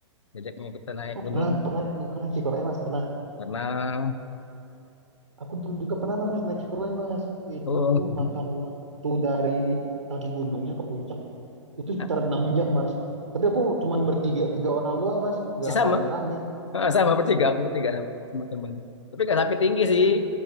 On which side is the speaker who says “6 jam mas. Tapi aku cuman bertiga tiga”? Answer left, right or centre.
Right